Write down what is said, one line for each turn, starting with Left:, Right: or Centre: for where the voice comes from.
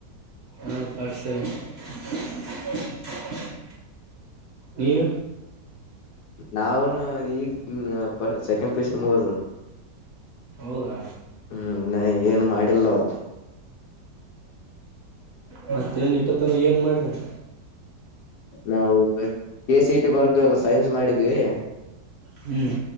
Right: ಹ ಫಸ್ಟ್ ಸೆಂ <unintelligible> ನೀವು
Left: ನಾಾವನು ಈಗ ಸೆಕೆಂಡ್ ಪಿಯುಸಿ ಮುಗದ
Right: ಹೌದಾ
Left: ಹ್ಮ್ ನ ಏನು ಮಾಡಿಲ್ಲ <inaudible>
Right: ಮತ್ತೇನ್ ಇಟ್ಟತಾನ ಏನ್ ಮಾಡ್ರಿ <inaudible>
Left: ನಾವು ಕೆ ಸಿ ಟಿ ಬರ್ದು ಅಲ್ಲ ಸೈನ್ಸ್ ಮಾಡಿದ್ವಿ <inaudible>
Right: ಹ್ಮ್